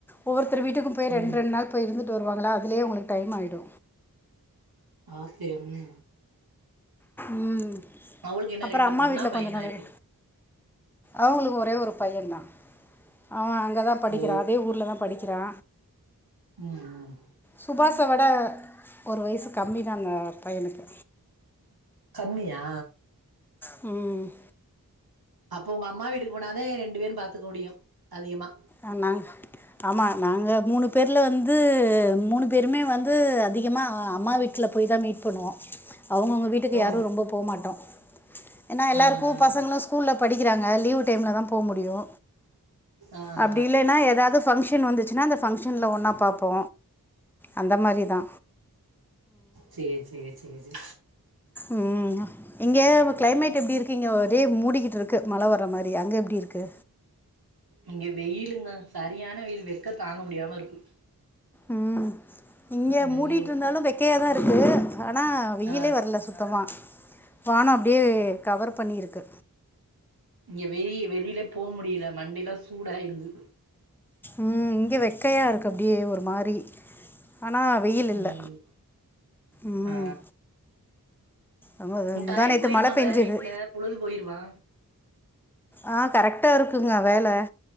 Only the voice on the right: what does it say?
ம்
ஆத்தே ம்
அவளுக்கு என்ன
ரெண்டு
பொண்ணா
பையனா
எப்டி
ஓ
ம் ம்
கம்மியா
அப்போ ஒங்க அம்மா வீட்க்கு போனாதே ரெண்டு பேரு பாத்துக்க முடியு அதிகமா
ஓ
ஆ ஆ
ஆ ஆ
ஆ
சேர் சேர் சேர் சே
இங்க வெய்லுங்க சரியான வெயில் வெக்க தாங்க முடியாம இருக்கு
ஐயோ
ஆ
இங்க வெயில் வெளியிலே போ முடியல மண்டேலா சூடாயிருது
ம்
ஆ
டைம்
போயிருமாங்க
வீட்ல பொழுது போயிருமா